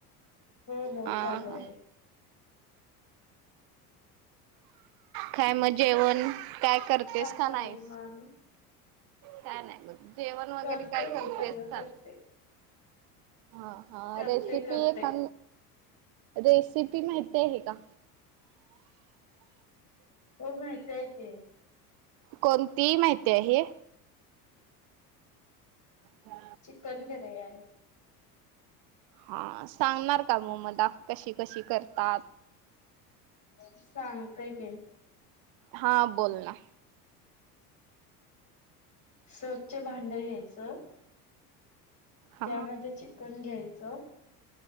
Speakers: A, on the left (about 40°); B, on the right (about 50°).
A: हो, हो,
B: हा
A: चालू
B: हा.
A: आहे.
B: काय मग जेवण, काय करतेस
A: काय
B: का
A: चाललंय
B: नाही?
A: म आणि
B: काय नाय बघ, जेवण वगैरे
A: करतेय
B: काय करतेस
A: की सगळं
B: का?
A: करते
B: हा, हा,
A: करते
B: रेसिपी
A: करते
B: एका रेसिपी माहती आहे का?
A: हो माहिती हाय की.
B: कोणती माहिती आहे? ह्ा <unintelligible>
A: चिकन बिर्याणी.
B: हा सांगणार का मग मला, कशी कशी करतात?
A: सांगतंय की.
B: हा बोल ना.
A: स्वच्छ भांड घ्यायचं.
B: हा
A: त्यामध्ये चिकन घ्यायचं.